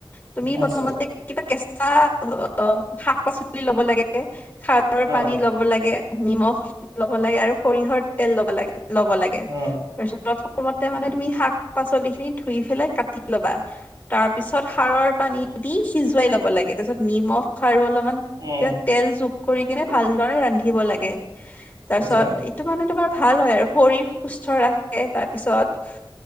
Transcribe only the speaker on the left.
তুমি
প্ৰথমতে কিবা কেঁচা অ শাক পাচলি লব লাগে। খাৰৰ
পানী ল'ব লাগে নিমখ ল'ব লাগে আৰু সৰিয়হৰ তেল ল'ব লাগে। ল'ব লাগে
তাৰপিছত প্ৰথমতে মানে তুমি শাক পাচলি খিনি ধুই পেলাই কাটি। ল'বা তাৰপিছত সাৰৰ পানী দি সিজুৱাই ল'ব লাগে তাৰপিছত নিমখ সাৰ অলপ। কিবা
তেল যোগ কৰি কিনে ভালদৰে ৰান্ধিব লাগে। তাৰপিছত
এইটো মানে তোমাৰ ভাল হয় আৰু শৰীৰ সুস্থ ৰাখে তাৰপিছত।